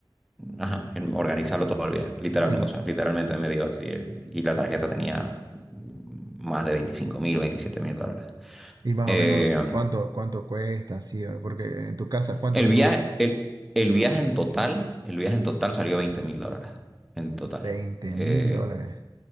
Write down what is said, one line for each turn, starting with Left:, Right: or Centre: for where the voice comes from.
Centre: ajá, en- organizarlo todo el viaje. Literal,
Right: Y,
Centre: o sea, literalmente me dio así. Y la tarjeta tenía más de veinticinco mil, veintisiete mil dólares.
Right: y más
Centre: Eh,
Right: o menos, ¿cuánto, cuánto cuesta? Sí, porque en tu casa, ¿cuántos
Centre: El viaje,
Right: son?
Centre: el, el viaje en total, el viaje en total salió veinte mil dólares. En total.
Right: veinte
Centre: Eh,
Right: mil dólares.